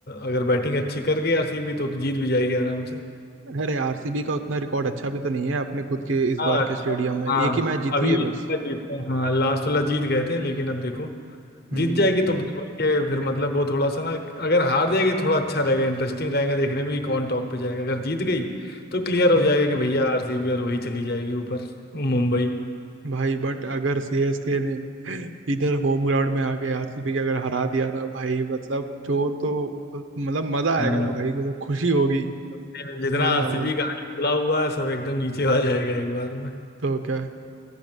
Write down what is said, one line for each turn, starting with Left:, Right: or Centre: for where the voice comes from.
Left: अगर बैटिंग अच्छी कर गई आरसीबी तो जीत भी जाएगी आराम
Right: अरे आरसीबी का उतना रिकॉर्ड अच्छा भी तो नहीं है अपने खुद के इस
Left: हाँ
Right: बार के स्टेडियम
Left: था-
Right: में
Left: हाँ
Right: एक ही मैच जीती
Left: अभी
Right: है
Left: इसका
Right: बस
Left: जीतते हैं हाँ लास्ट वाला जीत गए थे लेकिन अब देखो
Right: हम्म
Left: जीत जाएगी तो फिर वही है फिर मतलब वो थोड़ा सा ना अगर हार जाएगी तो थोड़ा अच्छा रहेगा इंटरेस्टिंग रहेगा देखने में कि कौन टॉप पे जाएगा अगर जीत गई तो क्लियर
Right: हम्म।
Left: हो जाएगा कि भैया आरसीबी और वही चली जाएगी ऊपर मुंबई
Right: भाई बट अगर सीएसके ने इधर होम ग्राउंड में आके आरसीबी के अगर हरा दिया ना भाई मतलब जो तो मतलब मजा
Left: हाँ
Right: आएगा ना भाई जो तो खुशी होगी
Left: तो फिर जितना
Right: मजा
Left: आरसीबी
Right: आ जाए
Left: का आगे खुला हुआ है सब एकदम नीचे आ जाएगा एक बार में
Right: तो क्या